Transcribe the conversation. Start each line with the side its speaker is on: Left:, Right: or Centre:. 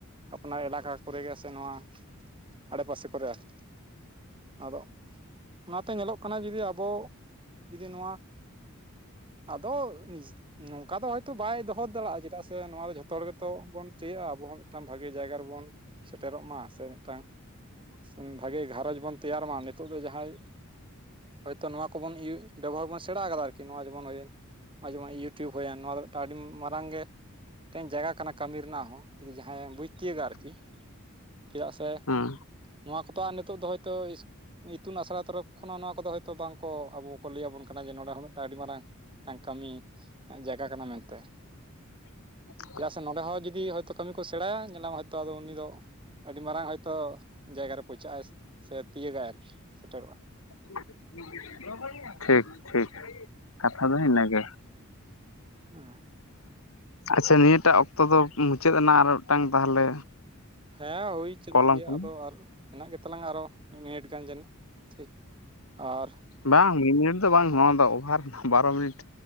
Right: ᱟᱯᱱᱟᱨ ᱮᱞᱟᱠᱟ ᱠᱚᱨᱮ ᱜᱮ ᱥᱮ ᱱᱚᱣᱟ ᱟᱲᱮᱯᱟᱥᱮ ᱠᱚᱨᱮ ᱟᱨᱠᱤ ᱟᱫᱚ ᱚᱱᱟᱛᱮ ᱧᱮᱞᱚᱜ ᱠᱟᱱᱟ ᱡᱩᱫᱤ ᱟᱵᱚ ᱡᱩᱫᱤ ᱱᱚᱣᱟ ᱟᱫᱚ ᱱᱚᱝᱠᱟ ᱫᱚ ᱦᱚᱭᱛᱚ ᱵᱟᱭ ᱫᱚᱦᱚ ᱫᱟᱲᱮᱭᱟᱜᱼᱟ ᱪᱮᱫᱟᱜ ᱥᱮ ᱥᱮ ᱱᱚᱣᱟ ᱫᱚ ᱡᱷᱚᱛᱚ ᱦᱚᱲ ᱜᱮᱛᱚ ᱵᱚᱱ ᱪᱟᱹᱭᱟᱹᱜ ᱟ ᱟᱵᱚ ᱦᱚᱸ ᱢᱤᱫᱴᱟᱝ ᱵᱷᱟᱜᱮ ᱵᱷᱟᱜᱮ ᱡᱟᱭᱜᱟ ᱨᱮ ᱵᱚᱱ ᱥᱮᱴᱮᱨᱚᱜ ᱢᱟ ᱥᱮ ᱢᱤᱫᱴᱟᱝ ᱩᱸ ᱵᱷᱟᱜᱮ ᱜᱷᱟᱨᱚᱸᱡᱽ ᱵᱚᱱ ᱛᱮᱭᱟᱨ ᱢᱟ ᱱᱤᱛᱳᱜ ᱫᱚ ᱡᱟᱦᱟᱸᱭ ᱦᱚᱭᱛᱚ ᱱᱚᱣᱟ ᱠᱚ ᱵᱚᱱ ᱤᱭᱟᱹ ᱵᱮᱵᱚᱦᱟᱨ ᱵᱚᱱ ᱥᱮᱬᱟ ᱠᱟᱫᱟ ᱟᱨᱠᱤ ᱱᱚᱣᱟ ᱡᱮᱢᱚᱱ ᱦᱩᱭᱮᱱ ᱱᱚᱜ-ᱚᱭ ᱡᱮᱢᱚᱱ ᱤᱭᱩᱴᱩᱵᱽ ᱦᱩᱭᱮᱱ ᱱᱚᱣᱟ ᱫᱚ ᱢᱤᱫᱴᱟᱱ ᱟᱹᱰᱤ ᱢᱟᱨᱟᱝ ᱜᱮ ᱢᱤᱫᱴᱮᱱ ᱡᱟᱭᱜᱟ ᱠᱟᱱᱟ ᱠᱟᱹᱢᱤ ᱨᱮᱱᱟᱜ ᱦᱚᱸ ᱡᱩᱫᱤ ᱡᱟᱦᱟᱸᱭᱮ ᱵᱩᱡᱽ ᱛᱤᱭᱳᱜᱟ ᱟᱨᱠᱤ ᱪᱮᱫᱟᱜ ᱥᱮ
Left: ᱦᱮᱸ
Right: ᱱᱚᱣᱟ ᱠᱚᱫᱚ ᱟᱨ ᱱᱤᱛᱳᱜ ᱫᱚ ᱦᱚᱭᱛᱚ ᱤᱥᱠᱩᱞ ᱤᱛᱩᱱ ᱟᱥᱲᱟ ᱛᱚᱨᱚᱯᱷ ᱠᱷᱚᱱᱟᱜ ᱱᱚᱣᱟ ᱠᱚᱫᱚ ᱦᱚᱭᱛᱚ ᱵᱟᱝᱠᱚ ᱟᱵᱚ ᱠᱚ ᱞᱟᱹᱭ ᱟᱵᱚᱱ ᱠᱟᱱᱟ ᱡᱮ ᱱᱚᱸᱰᱮ ᱦᱚᱸ ᱢᱤᱫᱴᱟᱝ ᱟᱹᱰᱤ ᱢᱟᱨᱟᱝ ᱢᱤᱫᱴᱟᱱ ᱠᱟᱹᱢᱤ ᱡᱟᱭᱜᱟ ᱠᱟᱱᱟ ᱢᱮᱱᱛᱮ
Left: <unintelligible>
Right: ᱪᱮᱫᱟᱜ ᱥᱮ ᱱᱚᱰᱮ ᱦᱚᱸ ᱡᱩᱫᱤ ᱦᱚᱭᱛᱚ ᱠᱟᱹᱢᱤ ᱠᱚ ᱥᱮᱲᱟᱭᱟ ᱧᱮᱞᱟᱢ ᱦᱚᱭᱛᱚ ᱟᱫᱚ ᱩᱱᱤ ᱫᱚ ᱟᱹᱰᱤ ᱢᱟᱨᱟᱝ ᱦᱚᱭᱛᱳ ᱡᱟᱭᱜᱟᱟᱨ ᱨᱮ ᱯᱳᱣᱪᱷᱟᱹᱜᱟᱭ ᱥᱮ ᱛᱤᱭᱟᱹᱜᱟᱭ ᱟᱨᱠᱤ ᱥᱮᱴᱮᱨᱚᱜᱼᱟ
Left: <unintelligible> ᱴᱷᱤᱠ ᱴᱷᱤᱠ ᱠᱟᱛᱷᱟ ᱫᱚ ᱤᱱᱟᱹᱜᱮ
Right: ᱟᱨᱮᱸ <unintelligible>
Left: ᱟᱪᱪᱷᱟ ᱱᱤᱭᱟᱹᱴᱟᱜ ᱚᱠᱛᱚ ᱫᱚ ᱢᱩᱪᱟᱹᱫ ᱮᱱᱟ ᱟᱨ ᱢᱤᱫᱴᱟᱝ ᱛᱟᱦᱚᱞᱮ
Right: ᱦᱮᱸ ᱦᱩᱭ ᱪᱟᱞᱟᱜ
Left: ᱠᱚᱞᱟᱢ
Right: ᱜᱮᱭᱟ
Left: ᱠᱟᱱᱟ
Right: ᱟᱫᱚ ᱟᱨ ᱦᱮᱱᱟᱜ ᱜᱮᱛᱟᱟᱞᱟᱝ ᱟᱨᱚ ᱢᱤᱫ ᱢᱤᱱᱤᱴ ᱜᱟᱱ ᱡᱟᱹᱱᱤᱡ ᱴᱷᱤᱠ ᱟᱨ
Left: ᱵᱟᱝ ᱢᱤᱫ ᱢᱤᱱᱤᱴ ᱫᱚ ᱵᱟᱝ ᱱᱚᱣᱟ ᱫᱚ ᱚᱵᱷᱟᱨ ᱵᱟᱨᱚ ᱢᱤᱱᱤᱴ